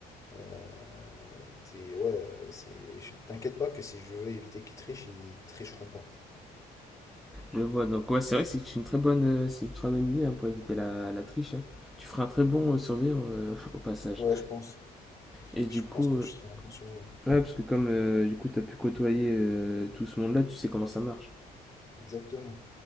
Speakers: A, on the left (about 20°); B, in the centre.
A: Euh, t'es- ouais, c'est, je- t'inquiète pas que si je veux éviter qu'ils trichent, ils tricheront pas.
B: Je vois. Donc, ouais, c'est vrai que c'est une très bonne, euh, c'est une très bonne idée hein, pour éviter la, la triche. hein. Tu feras un très bon euh, survivre euh, <laughs> au passage.
A: Ouais, je pense.
B: Et du
A: Je
B: coup,
A: pense que
B: euh,
A: je serais un bon surveillant.
B: ouais, parce que comme euh, du coup, t'as pu côtoyer euh, tout ce monde-là, tu sais comment ça marche.
A: Exactement.